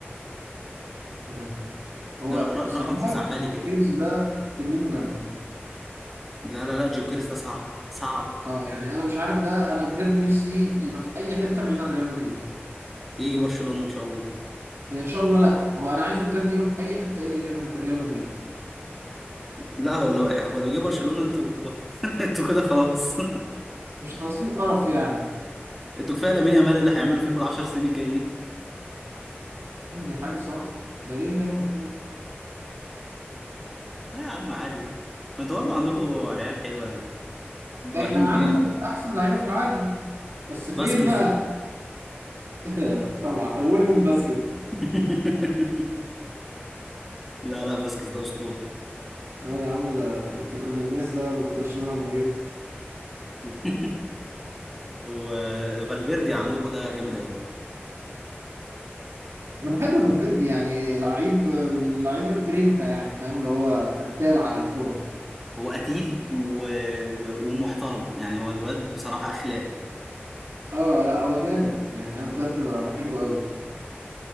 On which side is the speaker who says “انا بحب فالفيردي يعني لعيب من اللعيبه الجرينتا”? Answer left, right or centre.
Right